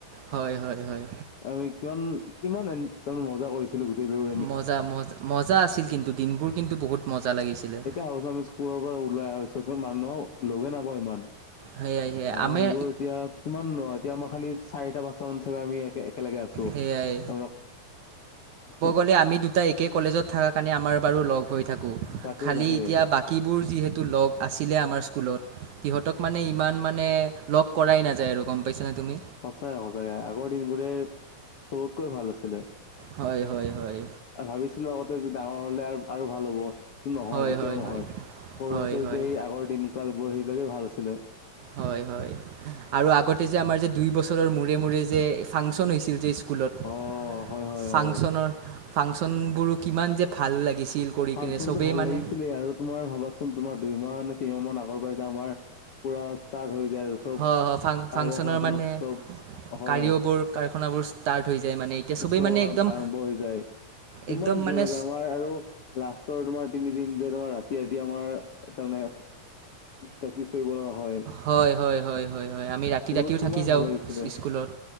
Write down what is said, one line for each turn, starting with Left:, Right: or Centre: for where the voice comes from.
Right: হয়, হয়, হয়।
Left: আমি কিমান, কিমান এন তাৰে মজা কৰিছোঁ। <unintelligible> গোটেই ৰ'দ
Right: মজা মজ-মজা আছিল কিন্তু, দিনবোৰ কিন্তু বহুত মজা লাগিছিলে।
Left: <unintelligible> পুৰৰ পৰা ওলাই অহা পিছত কিন্তু মানুহক লগে নাপাওঁ ইমান।
Right: সেয়াই সেয়াই
Left: আগৰবোৰ
Right: আমি
Left: এতিয়া কিমান ন' এতিয়া মই খালি চাৰিটা পা <unintelligible> চাগে আমি একে একেলগে আছোঁ।
Right: সেয়াই
Left: <unintelligible>
Right: বুলে আমি দুটা একে কলেজত থাকা কাৰনে আমাৰ বাৰু লগ হৈ থাকোঁ,
Left: তাকে
Right: খালি
Left: তাকে
Right: এতিয়া বা কিবোৰ যিহেতু লগ আছিলে আমাৰ স্কুলত, সিহঁতক মানে ইমান মানে লগ কৰাই নাযায় আৰু গম পাইছানে তুমি?
Left: সঁচাই সঁচাই, আগৰ দিনবোৰে চবতকৈ ভাল আছিলে।
Right: হয় হয় হয়
Left: ভাবিছিলোঁ আগতে য ডাঙৰ হ'লে আৰু আৰু ভাল হ'ব, নহয়
Right: হয়
Left: কেতিয়াও
Right: হয়
Left: নহয়,
Right: হয়
Left: সৰুতে
Right: হয়
Left: যেতিয়া
Right: হয়
Left: এই আগৰ দিন কালবোৰ হেৰিলৈকে ভাল আছিলে।
Right: হয় হয়। আৰু আগতে যে আমাৰ যে দুই বছৰৰ মূৰে মূৰে যে ফাংচন হৈছিল যে স্কুলত।
Left: অ হয় হয়
Right: ফাংচনৰ
Left: হয়।
Right: ফাংচনবোৰো কিমান যে ভাল লাগিছিল! কৰি কিনে
Left: ফাংচনটো
Right: চবেই
Left: ভাল
Right: মানে
Left: লাগিছিলে আৰু তোমাৰ ভাবাচোন চোন তোমাৰ দুই মাহ নে তিনিমাহ মান আগৰ পৰাই এতিয়া আমাৰ পোৰা ষ্টাৰ্ট হৈ যায় আৰু। চব
Right: হ ফাং
Left: কাৰ্য
Right: ফাংচনৰ
Left: কাৰখানা
Right: মানে
Left: চব হয়
Right: কাৰিয়বোৰ কাৰখানাবোৰ ষ্টাৰ্ট হৈ যায় মানে। এতিয়া চবেই
Left: উসৱ
Right: মানে
Left: হোৱাৰ
Right: একদম
Left: আৰম্ভ হৈ যায় কিমান
Right: একদম
Left: ধুনীয়া
Right: মানে
Left: লাগে আমাৰ আৰু লাষ্টৰ তোমাৰ তিনিদিন যে তোমাৰ ৰাতি ৰাতি আমাৰ তাৰমানে প্ৰেক্টিচ কৰিব লগা হয়।
Right: হয় হয় হয় হয় হয় আমি ৰাতি
Left: সেইবোৰ
Right: ৰাতিও
Left: কিমান
Right: থাকি যাওঁ
Left: ভাল লাগিছিলে
Right: স্কুলত,